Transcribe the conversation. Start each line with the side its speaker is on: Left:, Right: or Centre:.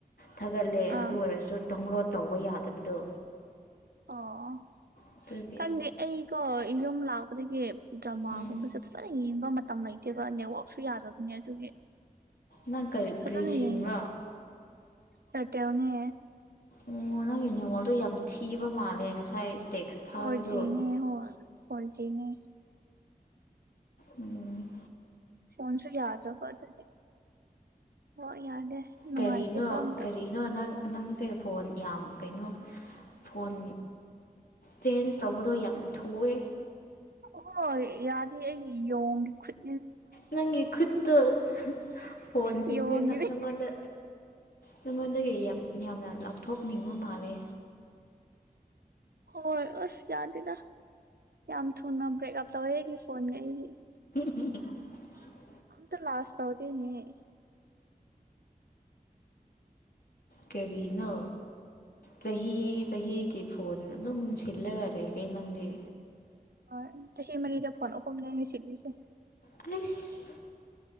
Left: ꯊꯥꯒꯠꯂꯦ ꯑꯗꯨ
Right: ꯑꯥ
Left: ꯑꯣꯏꯔꯁꯨ ꯗꯥꯎꯟꯂꯣꯠ ꯇꯧꯕ ꯌꯥꯗꯕꯗꯣ
Right: ꯑꯣ
Left: ꯑꯗꯨꯒꯤ
Right: ꯈꯪꯗꯦ ꯑꯩ ꯀꯣꯏ ꯑꯩ ꯌꯨꯝ ꯂꯥꯛꯄꯗꯒꯤ ꯗ꯭ꯔꯃꯥꯒꯨꯝꯕꯁꯦ
Left: ꯎꯝ
Right: ꯐꯖꯅ ꯌꯦꯡ ꯃꯇꯝ ꯂꯩꯇꯦꯕ ꯅꯦꯠꯋꯥꯛꯁꯨ ꯌꯥꯗꯕꯅꯦ ꯑꯗꯨꯒꯤ
Left: ꯅꯪ ꯀꯔꯤ
Right: ꯐꯖꯅ
Left: ꯀ꯭ꯔꯤ ꯁꯤꯝꯔꯣ
Right: ꯌꯦꯡꯗꯦ ꯑꯦꯌꯥꯔꯇꯦꯜꯅꯦ
Left: ꯑꯣ ꯅꯪꯒꯤ ꯅꯦꯋꯥꯛꯇꯣ ꯌꯥꯝ ꯊꯤꯕ ꯃꯥꯜꯂꯦ ꯉꯁꯥꯏ ꯇꯦꯛꯁ ꯊꯥꯕꯗꯣ
Right: ꯐꯣꯔ ꯖꯤ ꯅꯦꯋꯥꯛ ꯐꯣꯔ ꯖꯤ ꯅꯦ
Left: ꯎꯝ
Right: ꯐꯣꯟꯁꯨ ꯌꯥꯗ꯭ꯔꯕ ꯑꯗꯨꯗꯤ ꯅꯦꯋꯥꯛ ꯌꯥꯗꯦ ꯅꯨꯡꯉꯥꯏꯇꯦꯕ
Left: ꯀꯔꯤꯅꯣ
Right: ꯑꯝꯇ
Left: ꯀꯔꯤꯅꯣ ꯅꯪ ꯅꯪꯁꯦ ꯐꯣꯟ ꯌꯥꯝ ꯀꯩꯅꯣ ꯐꯣꯟ ꯆꯦꯟꯖ ꯇꯧꯕꯗꯣ ꯌꯥꯝ ꯊꯨꯋꯦ
Right: ꯍꯣꯏ ꯌꯥꯗꯦ ꯑꯩꯒꯤ ꯌꯣꯡꯒꯤ ꯈꯨꯠ
Left: ꯅꯪꯒꯤ ꯈꯨꯠꯇꯨ ꯍꯍ ꯐꯣꯟ
Right: ꯌꯣꯟꯒꯤꯅꯤ
Left: ꯁꯤꯡꯒꯦ ꯅꯛ ꯅꯉꯣꯟꯗ ꯅꯉꯣꯟꯗꯒꯤ ꯌꯥꯝ ꯌꯥꯝꯅ ꯂꯥꯞꯊꯣꯛꯅꯤꯡꯕ ꯃꯥꯜꯂꯦ
Right: ꯍꯣꯏ ꯑꯁ ꯌꯥꯗꯦꯗ ꯌꯥꯝ ꯊꯨꯅ ꯕ꯭ꯔꯦꯛ ꯑꯞ ꯇꯧꯋꯦ ꯑꯩꯒꯤ ꯐꯣꯟ ꯉꯩꯗꯤ
Left: <unintelligible>
Right: ꯑꯝꯇ ꯂꯥꯁ ꯇꯧꯗꯦꯅꯦ꯫
Left: ꯀꯔꯤꯅꯣ ꯆꯍꯤ ꯆꯍꯤꯒꯤ ꯐꯣꯟ ꯑꯗꯨꯝ ꯁꯤꯜꯂꯒ ꯂꯩꯔꯦ ꯅꯪꯗꯤ꯫
Right: ꯍꯧꯔꯛꯑꯅꯤ ꯆꯍꯤ ꯃꯔꯤꯗ ꯐꯣꯟ ꯑꯍꯨꯝꯅꯦ ꯑꯩꯅ ꯁꯤꯠꯂꯤꯖꯦ꯫
Left: ꯑꯩꯁ